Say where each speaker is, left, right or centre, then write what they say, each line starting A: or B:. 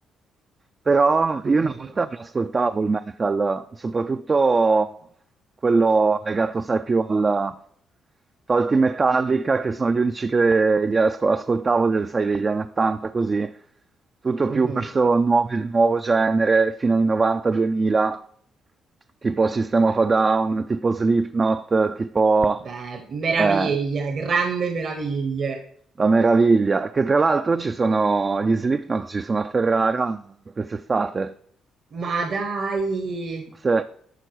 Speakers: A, on the right; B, on the right.
A: Però
B: Mm,
A: io
B: mm,
A: una volta
B: mm.
A: me lo ascoltavo il metal, soprattutto quello legato, sai, più al... Tolti Metallica, che sono gli unici che li asco- ascoltavo, del- sai, degli anni 80, così. Tutto
B: Mhm.
A: più verso nuovi- nuovo genere, fino anni 90-2000, tipo System of a Down, tipo Slipknot, tipo...
B: Beh, meraviglia,
A: eh,
B: grande meraviglie.
A: la meraviglia, che tra l'altro ci sono gli Slipknot, ci sono a Ferrara quest'estate.
B: Ma dai,
A: Se